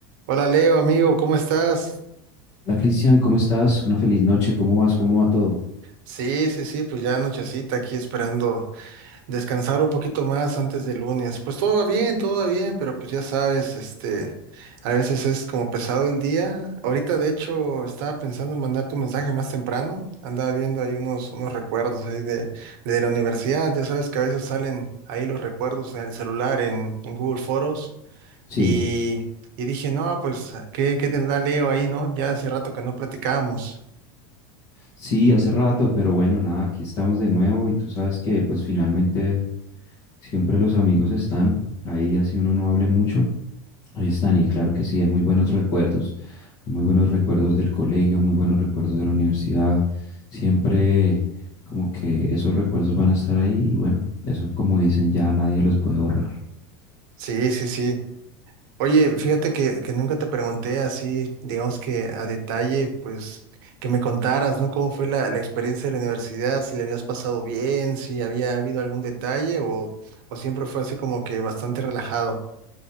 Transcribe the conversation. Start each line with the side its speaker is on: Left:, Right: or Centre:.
Right: Hola Leo, amigo, ¿cómo estás?
Left: Hola Cristian, ¿cómo estás? Una feliz noche, ¿cómo vas? ¿Cómo va todo?
Right: Sí, sí, sí, pues ya anochecita aquí esperando descansar un poquito más antes del lunes. Pues todo va bien, todo va bien, pero pues ya sabes, este, a veces es como pesado el día. Ahorita de hecho estaba pensando en mandar tu mensaje más temprano. Andaba viendo ahí unos, unos recuerdos ahí de, de la universidad. Ya sabes que a veces salen ahí los recuerdos en el celular, en, en Google Foros.
Left: Sí,
Right: Y, y dije, no, pues, ¿qué, qué tendrá Leo ahí, no? Ya hace rato que no platicamos.
Left: sí, hace rato, pero bueno, nada, aquí estamos de nuevo y tú sabes que pues finalmente siempre los amigos están ahí, así uno no hable mucho, ahí están y claro que sí, hay muy buenos recuerdos, hay muy buenos recuerdos del colegio, muy buenos recuerdos de la universidad, siempre como que esos recuerdos van a estar ahí y bueno, eso como dicen ya nadie los puede borrar.
Right: Sí, sí, sí. Oye, fíjate que, que nunca te pregunté así, digamos que a detalle, pues que me contaras, ¿no? ¿Cómo fue la, la experiencia de la universidad? Si le habías pasado bien, si había habido algún detalle o, o siempre fue así como que bastante relajado.